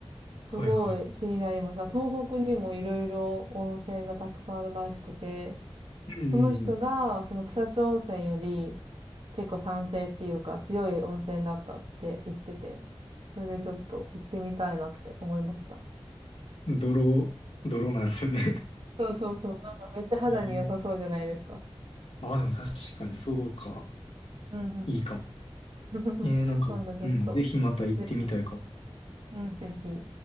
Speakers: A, on the right; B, on the left.
A: すごい気になりました。
B: はいはい
A: 東北にもいろいろ温泉がたくさんあるらしくて、
B: うんうん
A: その人がその草津温泉より結構酸性っていうか強い温泉だったって言ってて、それでちょっと行ってみたいなって思いました。
B: うん。泥、泥なんですよね。
A: そうそうそう。なんかめっちゃ肌に良さそうじゃないですか。
B: <laughs> ええああ、でも確かにそうか。
A: うんうん。
B: いいかも。
A: <laughs>
B: えー、なんか、
A: 今度ちょっと、
B: うん、ぜひまた行ってみたいかも。
A: ぜひ、うん、ぜひ。